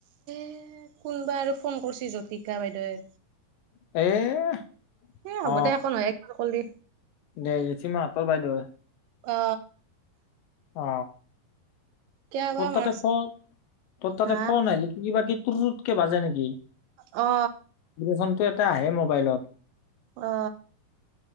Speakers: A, on the right; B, on the left.
A: এ কোনবা আৰু ফোন কৰছি জতিকা বাইদেউৱে।
B: এ
A: এ হ'ব
B: অ
A: দে। একো নহয় একবাৰ কৰলি।
B: দে <unintelligible> বাইদেউৱে
A: অ।
B: অ,
A: কিয়
B: তত
A: বা
B: তাতে
A: মাৰছি
B: ফ তত তাতে
A: হা
B: ফন আইলি কিবা কি <unintelligible> কে বাজে নেকি?
A: অ।
B: ভিব্ৰেচনটো এটা আহে মোবাইলত
A: অ